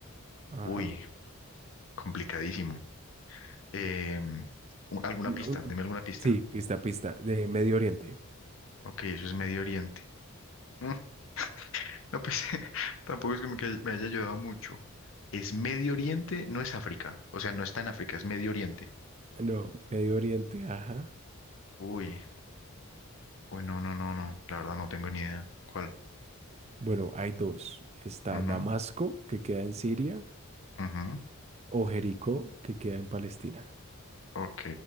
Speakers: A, on the right; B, on the left.
A: Ajá.
B: Uy, complicadísimo. Eh, ¿alguna
A: Mm,
B: pista?
A: un-
B: Deme alguna pista.
A: Sí, pista, pista, de Medio Oriente.
B: Ok, eso es Medio Oriente. <laughs> No, pues <laughs> tampoco es como que me haya ayudado mucho. Es Medio Oriente, no es África. O sea, no está en África, es Medio Oriente.
A: No, Medio Oriente, ajá.
B: Uy, uy, no, no, no, no. La verdad no tengo ni idea. ¿Cuál?
A: Bueno, hay dos. Está
B: Ujú,
A: Damasco, que queda en Siria,
B: ujú.
A: o Jericó, que queda en Palestina.
B: Ok,